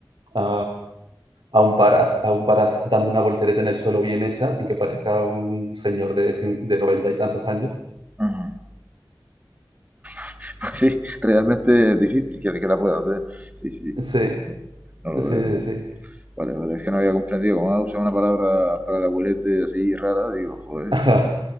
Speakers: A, on the right; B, on the right.
A: a, a un par, as- a un par as- dando una voltereta en el suelo bien hecha, sin que parezca un señor de, cin- de noventa y tantos años.
B: ajá. <laughs> Pues sí, realmente es difícil que, que la pueda hacer. Sí,
A: <laughs>
B: sí, sí.
A: Sí.
B: Eso no no lo
A: Sí, sí.
B: veo, ¿no?
A: Sí,
B: Vale, vale, es que no había comprendido. Como ha usado una palabra para el abuelete así rara, digo, joder.
A: <laughs> Ajá.